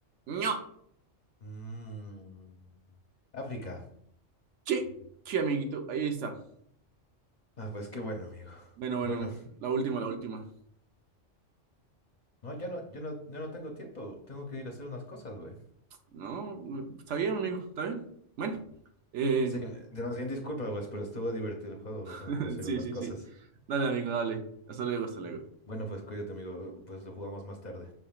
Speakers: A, on the right; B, on the left.
A: No,
B: Mm, África.
A: sí, sí, amiguito, ahí está.
B: Ah, pues qué bueno, amigo.
A: Bueno, bueno,
B: Bueno,
A: la última, la última.
B: no, ya no, yo no, yo no tengo tiempo. Tengo que ir a hacer unas cosas, güey.
A: No, está bien, amigo, está bien. Bueno, eh,
B: Sí, de- más bien disculpa, pues, pero estuvo divertido el juego, pero
A: <laughs>
B: tengo que ir a hacer
A: sí,
B: unas
A: sí,
B: cosas.
A: sí. Dale, amigo, dale. Hasta luego, hasta luego.
B: Bueno, pues cuídate, amigo. Pues lo jugamos más tarde.